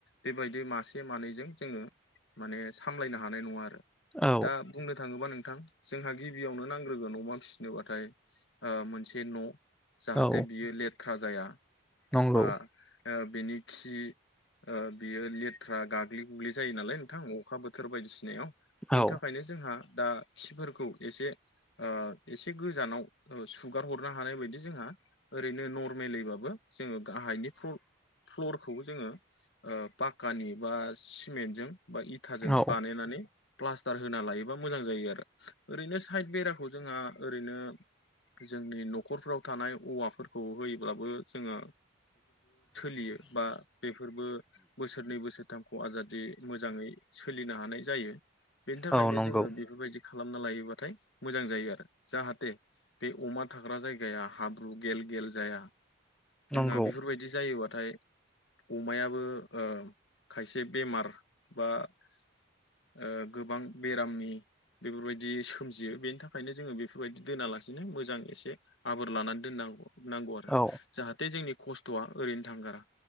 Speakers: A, on the left; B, in the centre.
A: बेबायदि मासे मानैजों जोंङो माने सामलायनो हानाय नंङा आरो
B: औ
A: दा बुंनो थांङोबा नों नोंथां जोंहा गिबियावनो नांग्रोगोन अमा फिसिनोबाथाय मोनसे न' जाहाथे
B: औ
A: बियो लेथ्रा जाया
B: नंगौ
A: बा ओ बेनि खि ओ बियो लेथ्रा गाग्लिगुग्लि जायो नालाय नोंथां अखा बोथोर बायदिसिनायाव बेनि
B: औ
A: थाखायनो जोंहा दा खिफोरखौ एसे ओ एसे गोजानाव सुगार हरनो हानाय बायदि जोंहा ओरैनो नर्मेलयैबाबो जोंङो गाहायनि प्र फ्लरखौ जोंङो ओ पाक्कानि बा सिमेन्टजों बा इथाजों
B: औ
A: बानायनानै प्लास्टार होना लायोबा मोजां जायो आरो ओरैनो साइद बेराखौ जोंहा ओरैनो जोंनि न'खरफ्राव थानाय औवाफोरखौ होयोब्लाबो जोंङो फयो बा बेफोरबो बोसोरनै बोसोरथामखौ आजादि मोजांङै सोलिनो हानाय जायो बेनि थाखायनो
B: औ नंगौ
A: जोंंङो बेफोरबायदि खालामना लायो बाथाय मोजां जायो आरो जाहाथे बे अमा थाग्रा जायगाया हाब्रु गेल गेल जाया जोंहा
B: नंगौ
A: बेफोरबायदि जायोबा नाथाय अमायाबो ओ खायसे बेमार बा ओ गोबां बेरामनि बेफोरबायदि सोमजियो बेनि थाखायनो जोंङो बेफोरबायदि दोनालासिनो मोजां एसे आबोर लानानै दोननांगौ नांगौ आरो
B: औ
A: जाहाथे जोंनि खस्थ'आ ओरैनो थांगारा